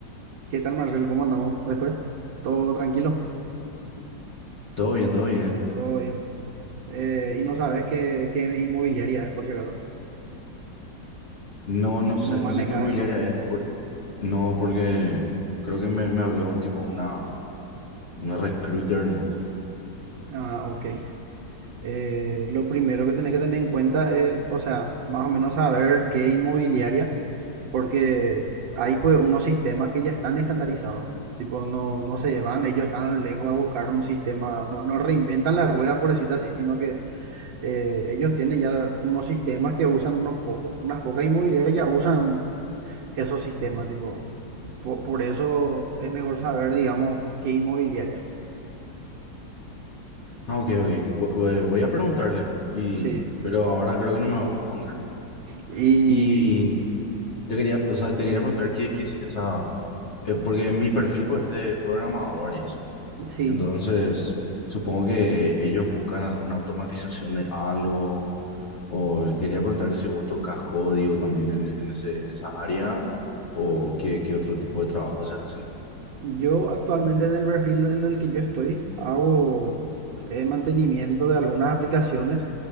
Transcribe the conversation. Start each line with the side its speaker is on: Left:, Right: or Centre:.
Right: ¿Qué tal, Marcel? ¿Cómo andamos después? ¿Todo tranquilo?
Left: Todo bien, todo bien.
Right: Todo bien. Eh, y no sabes qué, qué inmobiliaria es, por si acaso.
Left: No,
Right: No
Left: no sé,
Right: manejas
Left: no sé qué inmobiliaria
Right: el nombre.
Left: es, por, no, porque creo que me, me habló tipo una, una recruiter nomás.
Right: Ah, ok. Eh, lo primero que tenés que tener en cuenta es, o sea, más o menos saber qué inmobiliaria, porque hay pues unos sistemas que ya están estandarizados. Tipo, no, no se van, ellos están lejos a buscar un sistema, no, no reinventan la rueda, por decirlo así, sino que eh, ellos tienen ya unos sistemas que usan unos pocos. Unas pocas inmobiliarias ya usan esos sistemas, tipo, por, por eso es mejor saber, digamos, qué inmobiliaria.
Left: Ah, ok, ok. Vo- vo- Voy a preguntarle. Y...
Right: Sí,
Left: Pero ahora creo que no me va a responder.
Right: y
Left: Y Te quería, o sea, te quería preguntar qué, qué si- o sea, eh, porque mi perfil pues es de programador y eso.
Right: sí,
Left: Entonces, supongo que ellos buscan alguna automatización de algo. O quería preguntarte si vos tocas código también en, en ese, en esa área o qué, qué otro tipo de trabajo se hacen.
Right: yo actualmente en el perfil en el que yo estoy hago eh, mantenimiento de algunas aplicaciones,